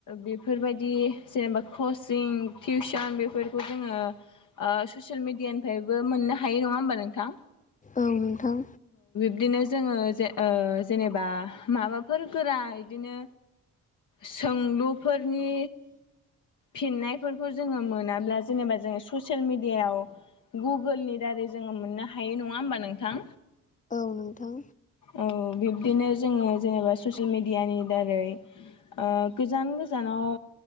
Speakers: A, on the left (about 60°); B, on the left (about 25°).
A: बेफोरबायदि जेनेबा कचिं टिउसन बेफोरखौ जों ङो ओ ससियेल मिडियानिफायबो मोननो हायो नङा होमबा नोंथां
B: औ नोंथां
A: बिदिनो जोङो जे ओ जेनेबा माबाफोर गोरा बिदिनो सोंलुफोरनि फिननायफोरखौ जोङो मोनाब्ला जेनेबा जोङो ससियेल मिडियायाव गुगोलनि दारै जोङो मोननो हायो नङा होमबा नोंथां
B: औ नोंथां
A: औ बिब्दिनो जोङो जेनेबा ससियेल मेडियानि दारै ओ गोजान गोजान नाव